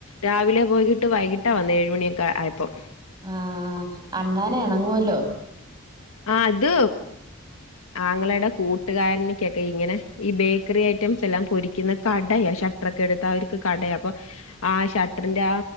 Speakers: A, on the left (about 85°); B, on the right (about 20°).
A: രാവിലെ പോയിട്ട് വൈകിട്ടാ വന്നെ ഏഴുമണിയൊക്കെ ആയപ്പം
B: ആഹ് അണ്ണാനെ എണങ്ങുവല്ലോ
A: ആഹ് ഇത് ആങ്ങളയുടെ കൂട്ടുകാരനെക്കൊക്കെ ഇങ്ങനെ ഈ ബേക്കറി ഐറ്റംസ് എല്ലാം പൊരിക്കുന്ന കടയ റക്കെടുത്ത് അവർക്ക് കടയാ അപ്പൊ ആ ഷട്ടറിന്റെ ആ